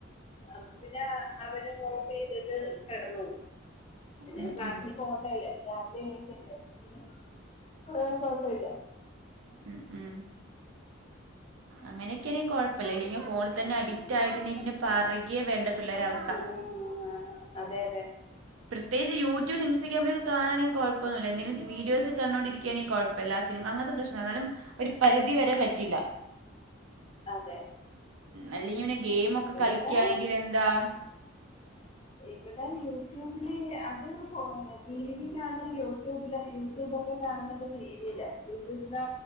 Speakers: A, on the left; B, on the right.
A: അ പിന്നെ അവനും ഓഫ് ചെയ്തിട്ട് കെടന്നോള്ളും പിന്നെ
B: ഉം
A: ക്ലാസിന്
B: ഉം
A: പോകണ്ടല്ലേ രാവിലെ എണീക്കണ്ടേ പിന്നെ ആ കൊഴപ്പം ഇല്ല
B: ഉം ഉം അങ്ങനെയൊക്കെയാണെ കൊഴപ്പില്ല ഇല്ലെങ്കി ഫോണിൽ തന്നെ അഡിക്റ്റ് ആയിട്ടുണ്ടെങ്കിൽ പിന്നെ പറുയുകെ വേണ്ട പിള്ളേരവസ്ഥ
A: ഉം അതെ അതെ
B: പ്രത്യേകിച്ച് യൂട്യൂബ് ഇൻസ്റ്റാഗ്രാം കാണെങ്കി കോഴപ്പന്നില്ല എന്തെങ്കിലും വിഡിയോസ് കണ്ടോണ്ടിരിക്കുകണെങ്കി കോഴപ്പില്ല സിനിമ അങ്ങനത്തെ പ്രശ്ന എന്നാലും ഒരു പരിധി വരെ പറ്റില്ല
A: അതെ
B: അല്ലെങ്കി പിന്നെ ഗെയിമ് ഒക്കെ കളിക്കയാണെങ്കിൽ
A: ഇവിടെ
B: എന്താ
A: ഇവിടെ യൂട്യൂബില് അത് ഫോ ടിവിയിലാണ് യൂട്യൂബില് യൂട്യൂബ യൂട്യൂബ് കാണുന്നത് ടിവിയിലാ യൂട്യൂബില്